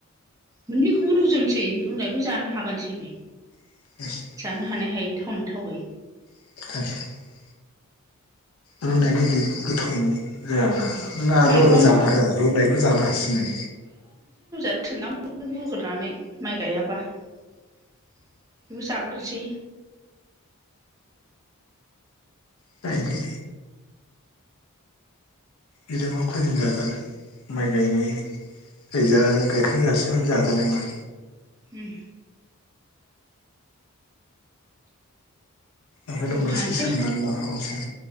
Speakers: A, on the right; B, on the left.
A: मोननैखौबो रुजोबनोसै। रुनायखौ जानो हागोनसै बे!
B: <inaudible>
A: जानो हानाय हायै थावनाय थावै
B: <unintelligible> रुनाय बायदि गोथाव जायाब्रा
A: मालाबा
B: नों <unintelligible> जाना हाया रुनायखौ जानो हासिनो।
A: <unintelligible> रुग्रोरनै माइ गायाबा बेखौ जाग्रोनोसै।
B: जायोलै। बिलाय मा खैदिन जाजानो माइ गायनाय गायजा गायखांजासिमानो जाजानाय नङा।
A: उम
B: ओंखायनो
A: रुखानोसै
B: मोनसे सोंनानै लाखाबावसै